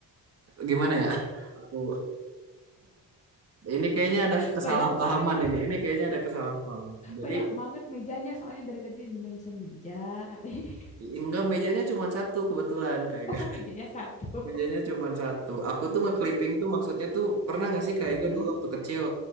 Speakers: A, on the right; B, on the left.
A: gimana ya? Aku ini kayaknya ada kesalahpahaman
B: Banyak banget,
A: ini. Ini kayaknya ada kesalahpahaman. Jadi
B: banyak banget mejanya. Soalnya dari tadi di mention meja katanya. <laughs>
A: enggak mejanya cuma satu kebetulan kayak
B: Oh
A: gak. <laughs>
B: mejanya satu.
A: Mejanya cuma satu. Aku tuh nge-clipping tuh maksudnya tuh pernah nggak sih
B: Heeh,
A: kayak gak dulu waktu kecil